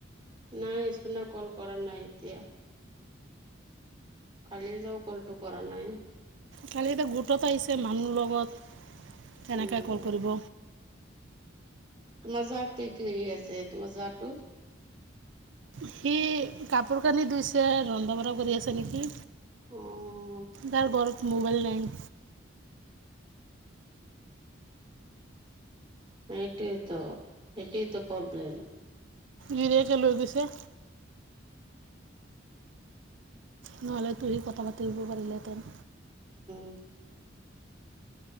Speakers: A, on the right (about 25°); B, on the right (about 70°).
A: নাইছুনা কল কৰা নাই এতিয়া কাল ত কলটো কৰা নাই
B: খালি এয়া গুৰুতত আহিছে মানুহ লগত তেনেকৈ
A: উম।
B: কল কৰিব
A: তোমাৰ জাতটো কি আছে তোমাৰ জাতটো
B: সি কাপোৰ কানি ধুইছে ৰন্ধা বঢ়া কৰি আছে নেকি
A: অ'
B: তাৰ বৰফ মোবাইল নাই
A: এইটোৱতো সটো প্ৰব্লেল
B: গিৰিয়াকে লৈ গৈছে নহলে তু সি কথা পাতি আগ পাৰিলেতেন
A: উ